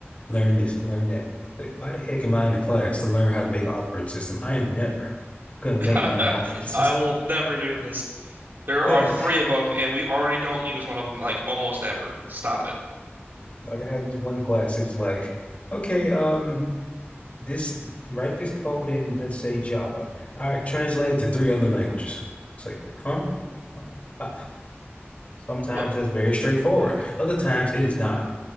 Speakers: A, on the left (about 35°); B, on the right (about 50°).
A: learn this, learn that. Like, why the heck am I in a class to learn how to make an operating system? I am never gonna make
B: <laughs>
A: my own <laughs> operating system.
B: I will never do this. There
A: Yeah,
B: are three of them, and we already don't use one of them like almost ever. Stop it.
A: like I had this one class. It was like, okay, um, this write this code in, let's say Java. All right, translate it to three other languages. It's like, huh? Uh, sometimes
B: But
A: that's very straightforward.
B: why?
A: Other times it is not.